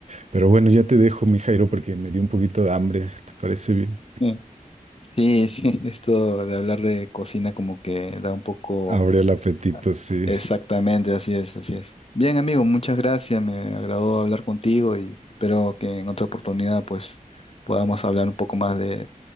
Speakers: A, on the right; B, on the left.
A: Pero bueno, ya te dejo, mi Jairo, porque me dio un poquito de hambre. ¿Te parece bien?
B: sí, sí, sí, <laughs> Esto de hablar de cocina como que da un poco...
A: Abre el apetito,
B: ah,
A: sí.
B: Exactamente, así es, así es. Bien, amigo, muchas gracias. Me agradó hablar contigo y espero que en otra oportunidad pues podamos hablar un poco más de,